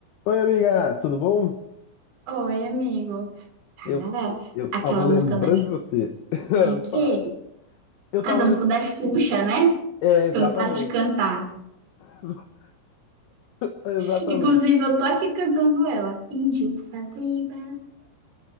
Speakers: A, on the left (about 80°); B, on the right (about 80°).
A: Oi, amiga, tudo bom?
B: Oi, amigo. Cara,
A: Eu, eu
B: aquela
A: tava lembrando
B: música da...
A: de você. <laughs>
B: De quê?
A: Fala. Eu tava
B: Cada
A: lembrando.
B: música da Xuxa, né?
A: É, exatamente.
B: Que eu não paro de cantar.
A: <laughs> Exatamente.
B: Inclusive, eu tô aqui cantando ela. Índio fazenda,